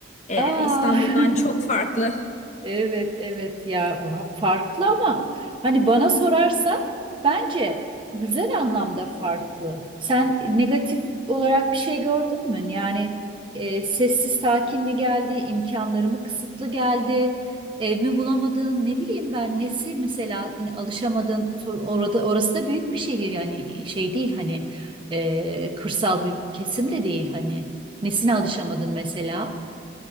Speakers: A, on the left; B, on the right.
A: Ee,
B: Aa.
A: İstanbul'dan
B: <laughs>
A: çok farklı.
B: Evet evet ya bu farklı ama hani bana sorarsan bence güzel anlamda farklı. Sen negatif olarak bir şey gördün mü? Yani e, sessiz sakin mi geldi, imkanları mı kısıtlı geldi, ev mi bulamadın, ne bileyim ben nesi mesela yine alışamadın sor- orada orası da büyük bir şehir yani şey değil hani e, kırsal bir kesim de değil hani nesine alışamadın mesela?